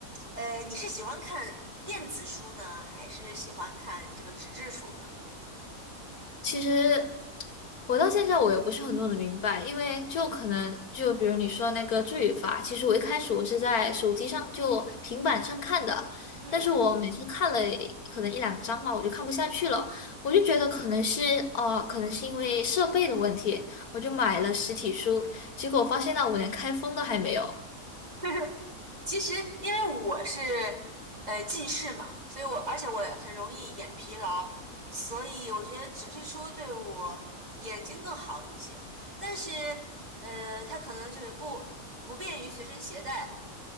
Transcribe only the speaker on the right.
呃，你是喜欢看电子书呢，还是喜欢看这个纸质书呢？
嗯，
<laughs> 其实因为我是呃近视嘛，所以我而且我也很容易眼疲劳，所以我觉得纸质书对我眼睛更好一些。但是呃，它可能就是不不便于随身携带。